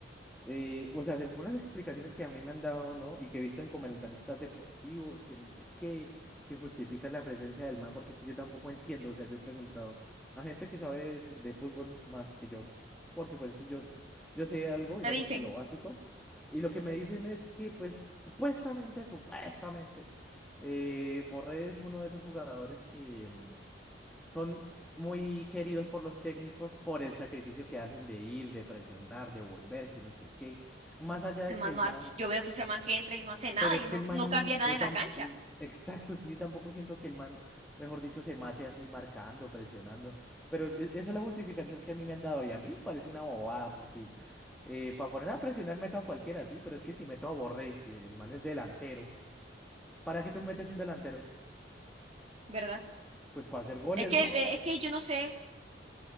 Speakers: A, in the centre; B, on the right (about 35°).
A: eh, o sea, según las explicaciones que a mí me han dado, ¿no? Y que he visto en comentaristas deportivos, que no sé qué, que justifican la presencia del man, porque es que yo tampoco entiendo, o sea, yo he preguntado a gente que sabe de fútbol más que yo, porque pues sí, yo, s- yo sé algo, digamos
B: Te dicen,
A: que lo básico, y lo que me dicen es que pues supuestamente, supuestamente, eh, Borré es uno de esos jugadores que... mm, son muy queridos por los técnicos por el sacrificio que hacen de ir, de presionar, de volver, que no sé qué. Más allá de
B: el man
A: que el
B: no
A: man...
B: hace,
A: s-
B: yo veo que ese man que entra y no hace nada
A: Pero
B: y
A: es
B: no,
A: que el man,
B: no cambia nada
A: yo
B: en
A: tampoco...
B: la cancha,
A: Exacto, es que yo tampoco siento que el man, mejor dicho, se mate así marcando, presionando. Pero e- esa es la justificación que a mí me han dado y a mí me parece una bobada porque para poner a presionar meto a cualquiera, sí, pero es que si meto a Borré, si el man es delantero, ¿para qué tú metes un delantero?
B: ¿verdad?
A: Pues para hacer goles,
B: Es que,
A: ¿no?
B: eh, es que yo no sé,